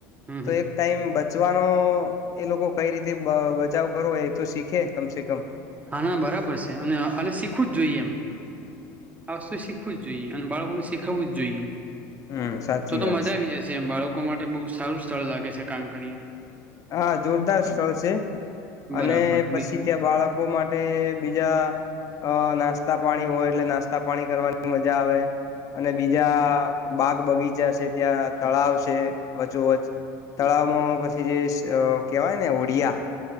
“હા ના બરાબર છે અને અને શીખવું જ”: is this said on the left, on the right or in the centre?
Right